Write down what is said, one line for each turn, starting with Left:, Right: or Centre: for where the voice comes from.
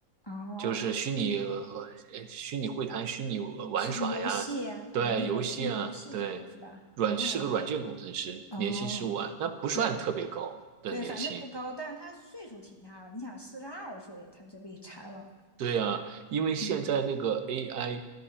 Left: 哦。
Right: 就是虚拟呃虚拟会谈、虚拟玩耍呀，
Left: 是游戏啊，
Right: 对，
Left: 有那种虚拟游戏这种是吧？
Right: 游戏啊，对，软是个软件工程师，
Left: 哦哦，
Right: 年薪十五万，那不算特别高的年薪。
Left: 对对，反正不高，但是他岁数挺大了。你想，四十二岁他就被裁了，
Right: 对呀，因为现在那个
Left: 嗯
Right: AI